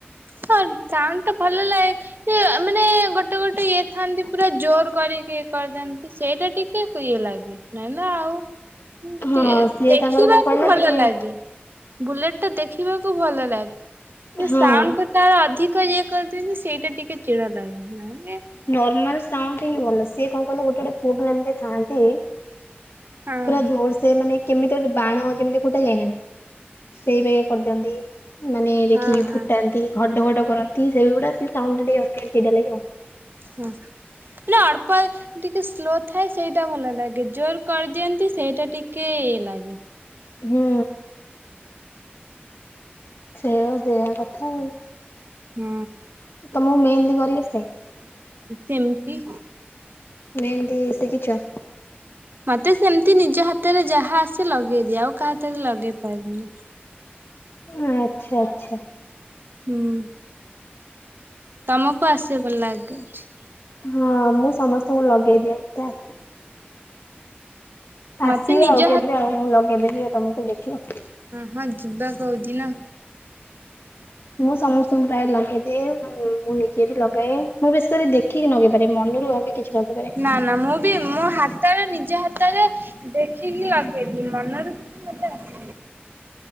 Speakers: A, on the right; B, on the left.
A: ହଁ ସାଉଣ୍ଡଟା ଭଲ ଲାଗେ ସିଏ ମାନେ ଗୋଟେ ଗୋଟେ ଇଏ ଥାନ୍ତି ପୁରା ଜୋର କରିକି ଏଇ କରିଦିଅନ୍ତି ସେଇଟା ଟିକେ ଇଏ ଲାଗେ। ନାଇଁ ନା ଆଉ ଏମତି
B: ହଁ। ସିଏ
A: ଦେଖିବାକୁ
B: ତାଙ୍କର କଣ କହିଲ
A: ଭଲ
B: ଟିକେ
A: ଲାଗେ। ବୁଲେଟଟା ଦେଖିବାକୁ ଭଲ ଲା ନା ସାଉଣ୍ଡଟା
B: ହଁ।
A: ତାର ଅଧିକ ଇଏ କରିଦିଅନ୍ତି ସେଇଟା ଟିକେ ଚିଡ଼ ଲାଗେ ନହେଲେ
B: ନର୍ମାଲ ସାଉଣ୍ଡ ହିଁ ଭଲ ସିଏ କଣ କଲେ ଗୋଟେ ଗୋଟେ ପୁଅପିଲା ଥାଆନ୍ତ
A: ହଁ ହଁ
B: ପୁରା ଜୋରସେ ମାନେ କେମିକାଲ ବାଣ ଯେମତି ଫୁଟା ଯାଇନି ନା ସେଇ ବାଗିଆ କରିଦିଅନ୍ତି। ମାନେ ଦେଖିକି
A: ହଁ ହଉ।
B: ଫୁଟାନ୍ତି ଘଡ ଘଡ କରନ୍ତି ସେଇଗୁଡା ସେ ସାଉଣ୍ଡଟା ଟିକେ ଅଧିକା ଚିଡ଼ା ଲାଗିବ।
A: ହଁ ନା ଅଳ୍ପ ଏ ଟିକେ ସ୍ଲୋ ଥାଏ ସେଇଟା ଭଲ ଲାଗେ ଜୋର କରିଦିଅନ୍ତି ସେଇଟା ଟିକେ ଇଏ ଲାଗେ।
B: ହୁଁ। ସେଇଆ ସେଇଆ କଥା ଆଉ।
A: ହୁଁ।
B: ତମକୁ ମେହେନ୍ଦି କରି ଆସେ?
A: ସେମତି।
B: ମେହେନ୍ଦୀ ଶିଖିଚ?
A: ମତେ ସେମତି ନିଜ ହାତରେ ଯାହା ଆସେ ଲଗେଇଦିଏ ଆଉ କାହା ହାତରେ ଲଗେଇ ପାରେନା।
B: ଆଚ୍ଛା ଆଚ୍ଛା।
A: ହୁଁ। ତମକୁ ଆସେ ବୋଲ ଲାଗୁ ଅଛି।
B: ହଁ ମୁଁ ସମସ୍ତଙ୍କୁ ଲଗେଇଦିଏ ମତେ ଆସେ। ଆସିବ
A: ମତେ ନିଜ
B: ଆଉ କେବେ
A: ହାତ
B: ଆଉ ମୁଁ ଲଗେଇଦେବି ଆଉ ତମକୁ ଦେଖିବ।
A: ହଁ ଯିବା କୋଉଦିିନ।
B: ମୁଁ ସମସ୍ତଙ୍କୁ ପ୍ରାୟେ ଲଗେଇଦିଏ ଉଁ ମୁଁ ନିଜେ ବି ଲଗାଏ। ମୁଁ ବେଶ କରି ଦେଖିକି ନଗେଇ ପାରେ ମନରୁ ଭାବି କିଛି ଲଗେଇ ପାରେନି।
A: ନା ନା ମୁଁ ବି ମୋ ହାତାରେ ନିଜ ହାତରେ ଦେଖିକି ଲଗେଇବି ମନରୁ କିଛି ମତେ ଆ